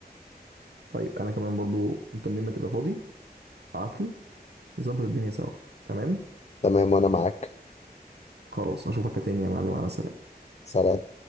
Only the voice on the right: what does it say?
طيب انا كمان برضو انت منين ما تبقى فاضي ابعت لي نظبط الدنيا سوا تمام
خلاص اشوفك تاني يا معلم على سلامه